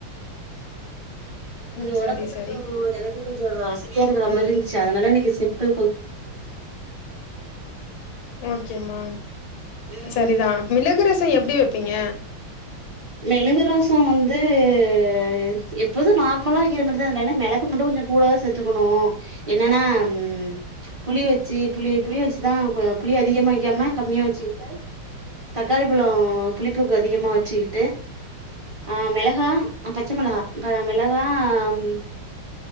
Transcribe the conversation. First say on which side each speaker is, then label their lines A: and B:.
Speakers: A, on the left; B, on the right.
A: <inaudible>
B: கொஞ்சு
A: ம்
B: ஒடம்பு
A: சரி
B: கொஞ்சு
A: சரி
B: எனக்குனுஜோ அசதியா இருக்றா மாரி இருந்துச்சு அதனால நீ சிம்பிள் கு
A: ஓகேமா
B: ம்
A: சரிதா மிளகு ரசோ எப்டி வப்பீங்க
B: மெழுங்கு ரசோ வந்து ஏத் எப்போது நார்மலா வைக்க மரிதா இல்லன்ன மெளகு மட்டு கொஞ்சு கூடா செத்துக்குணு என்னன்னாம் புளி வச்சி புளி புளி வச்சுதா கோ புளி அதிகமா வைக்காம கம்மியா வச்சுக்குட்டு தக்காளி பழோ புளிப்புக் அதிகமா வச்சிக்கிட்டு ஆ மெளஹா ஆ பச்ச மிளகா இப்ப மிளகா அம்